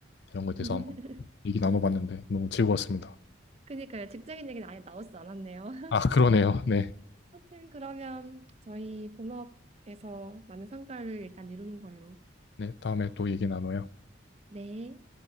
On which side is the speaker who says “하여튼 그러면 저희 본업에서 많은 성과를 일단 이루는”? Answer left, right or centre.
Right